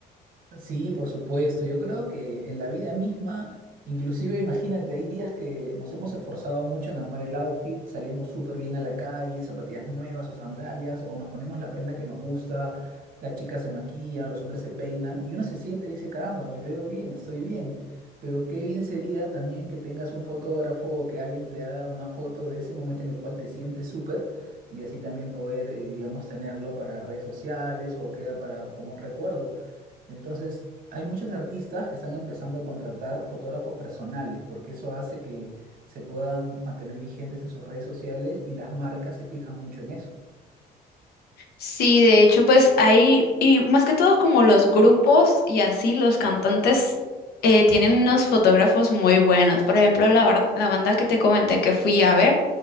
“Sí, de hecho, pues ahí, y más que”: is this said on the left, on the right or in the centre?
Left